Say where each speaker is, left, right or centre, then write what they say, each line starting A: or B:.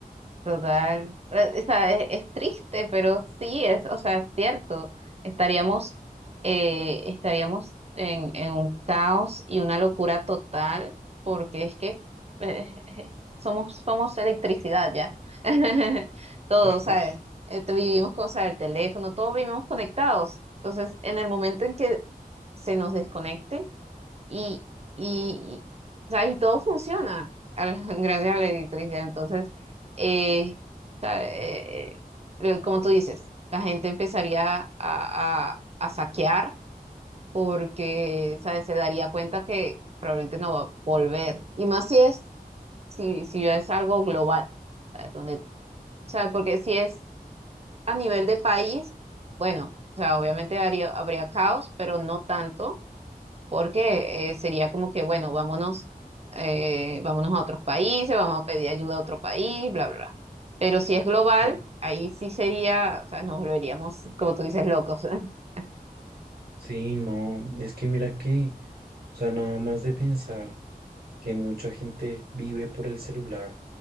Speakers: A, on the right; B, on the right.
A: Total. Eh, o sea, es, es triste, pero sí es, o sea, es cierto. Estaríamos, eh, estaríamos en, en un caos y una locura total, porque es que eh, eh, somos, somos electricidad ya. <laughs> Todo,
B: Tal cual.
A: ¿sabes? Eh, te- vivimos con, o sea, el teléfono, todos vivimos conectados. Entonces, en el momento en que se nos desconecte, y, y, y, ¿sabes? Y todo funciona al- <laughs> gracias a la electricidad. Entonces, eh, ¿sabe? Eh, eh, como tú dices, la gente empezaría a, a- a saquear porque, ¿sabes? Se daría cuenta que probablemente no va a volver. Y más si es, si, si es algo global, ¿sabes? Donde, ¿sabes? Porque si es a nivel de país, bueno, o sea, obviamente haría- habría caos, pero no tanto porque eh, sería como que, bueno, vámonos, eh, vámonos a otros países, vamos a pedir ayuda a otro país, bla, bla, bla. Pero si es global,
B: No.
A: ahí sí sería, o sea, nos volveríamos, como tú dices, locos. <laughs>
B: Sí, no, es que mira que, o sea, nada más de pensar que mucha gente vive por el celular